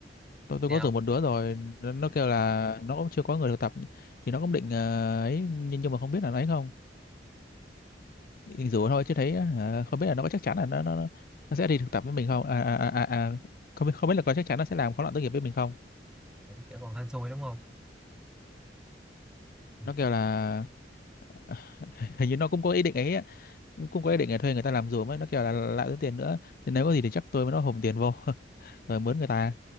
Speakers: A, in the centre; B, on the left.
A: <laughs>
B: tôi tôi
A: nào
B: có rủ một đứa rồi nó, nó kêu là nó cũng chưa có người thực tập thì nó cũng định ờ, ấy nhưng nhưng mà không biết là nó ấy không định rủ thôi chứ thấy ờ, không biết là nó có chắc chắn là nó nó, nó nó sẽ đi thực tập với mình không à, à, à, à, à, không biết không biết là có chắc chắn nó sẽ làm khóa luận tốt nghiệp với mình không
A: kiểu còn hên xui đúng không Ừ.
B: nó kêu là <laughs> hình như nó cũng có ý định ấy á, cũng cũng có ý định là thuê người ta làm giùm ấy nó kêu là lại tốn tiền nữa thì nếu có gì thì chắc tôi với nó hùm tiền vô <laughs> rồi mướn người ta